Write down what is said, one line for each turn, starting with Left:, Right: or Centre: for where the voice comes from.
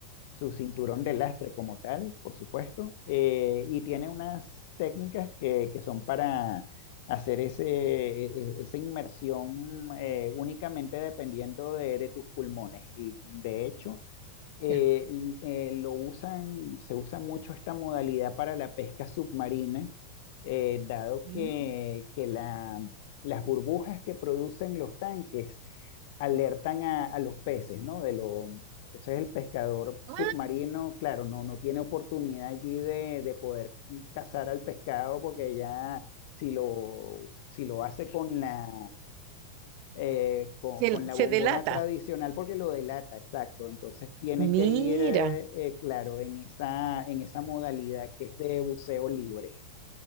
Left: su cinturón de lastre como tal, por supuesto, eh, y tiene unas técnicas que, que son para hacer ese, e- e- esa inmersión eh, únicamente dependiendo de, de tus pulmones. Y de hecho eh,
Right: ya.
Left: l- eh, lo usan, se usa mucho esta modalidad para la pesca submarina, eh, dado que,
Right: Mm.
Left: que la- las burbujas que producen los tanques alertan a, a los peces, ¿no? De lo, entonces el pescador submarino,
Right: Ah,
Left: claro, no, no tiene oportunidad allí de, de poder cazar al pescado porque ya si lo, si lo hace con la eh, con,
Right: se,
Left: con la
Right: se
Left: bombona
Right: delata.
Left: tradicional porque lo delata, exacto. Entonces tiene
Right: Mira,
Left: que ir, eh, eh, claro, en esa, en esa modalidad que es de buceo libre.